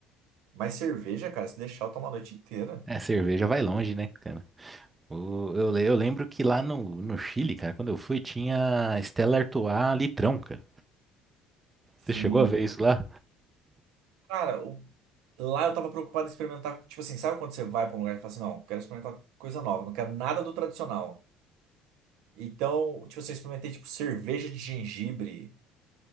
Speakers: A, on the right; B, on the right.
A: Mas cerveja, cara, se deixar, eu tomo a noite inteira.
B: É, cerveja vai longe, né, cara? O- Eu, le- eu lembro que lá no, no Chile, cara, quando eu fui, tinha Stella Artois litrão, cara.
A: Sim.
B: Você chegou a ver isso lá?
A: Cara, o- lá eu tava preocupado em experimentar. Tipo assim, sabe quando você vai pra um lugar e fala assim: não, quero experimentar coisa nova, não quero nada do tradicional. Então, tipo assim, eu experimentei tipo cerveja de gengibre.